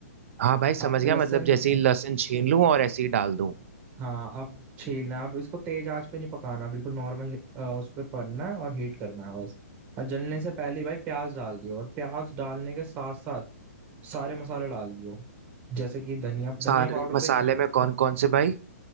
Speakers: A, on the right; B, on the right.
A: हाँ भाई समझ
B: अब
A: गया
B: लहसुन
A: मतलब जैसे ही लहसुन छीन लूं और ऐसे ही डाल दूं
B: हाँ अब छीलना अब इसको तेज आंच पे नहीं पकाना बिल्कुल नॉर्मल उस पर पकना है और हीट करना है बस और जलने से पहले भाई प्याज डाल दियो और प्याज डालने के साथ साथ सारे मसाले डाल दियो जैसे कि धनिया धनिया
A: सारे
B: पाउडर
A: मसाले
B: तो एक
A: में कौन कौन से भाई